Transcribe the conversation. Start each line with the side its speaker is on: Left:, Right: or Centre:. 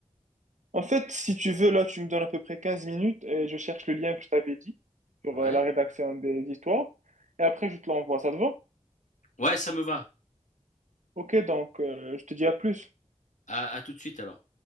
Right: En fait, si tu veux, là, tu me donnes à peu près 15 minutes et je cherche le lien que je t'avais dit sur
Left: Ouais.
Right: euh, la rédaction des histoires et après je te l'envoie, ça te va?
Left: Ouais, ça me va.
Right: Ok, donc euh, je te dis à plus.
Left: À, à tout de suite alors.